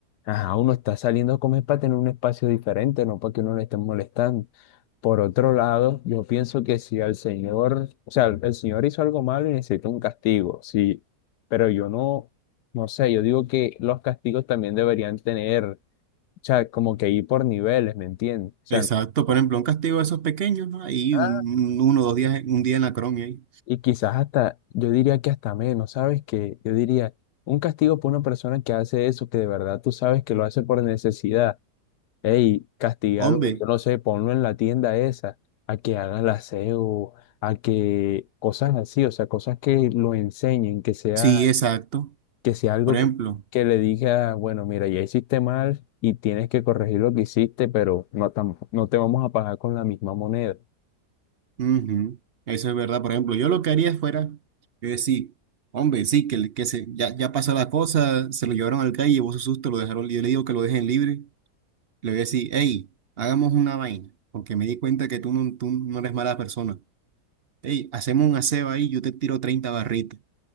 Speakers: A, on the left; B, on the right.
A: Ajá, uno está saliendo a comer para tener un espacio diferente, no para que uno le esté molestando. Por otro lado, yo pienso que si al señor, o sea, el el señor hizo algo malo y necesita un castigo, sí, pero yo no, no sé, yo digo que los castigos también deberían tener, o sea, como que ir por niveles, ¿me entiendes? O sea,
B: Exacto,
A: no-
B: por ejemplo, un castigo de esos pequeños, ¿no? Ahí
A: ah,
B: un, un- uno o dos días, un día en la cron, ahí.
A: y quizás hasta, yo diría que hasta menos, ¿sabes? Que yo diría, un castigo por una persona que hace eso, que de verdad tú sabes que lo hace por necesidad Ey, castigarlo,
B: Hombre,
A: yo no sé, ponlo en la tienda esa, a que haga el aseo, a que cosas así, o sea, cosas que lo enseñen, que sea,
B: sí, exacto.
A: que sea algo
B: Por ejemplo,
A: que, que le diga, bueno, mira, ya hiciste mal y tienes que corregir lo que hiciste, pero no, tam- no te vamos a pagar con la misma moneda.
B: ujú, Eso es verdad. Por ejemplo, yo lo que haría fuera, yo decir, hombre, sí, que, le- que se, ya, ya pasó la cosa, se lo llevaron al calle, llevó su susto, lo dejaron, yo le digo que lo dejen libre. Le voy a decir, hey, hagamos una vaina, porque me di cuenta que tú no, tú no eres mala persona. Hey, hacemos un aseo ahí, yo te tiro 30 barritas,